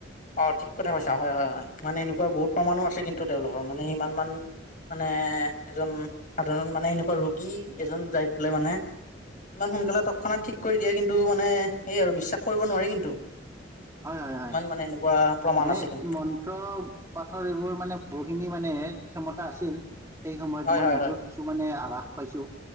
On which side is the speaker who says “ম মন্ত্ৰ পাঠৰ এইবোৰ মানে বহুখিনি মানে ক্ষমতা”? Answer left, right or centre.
Right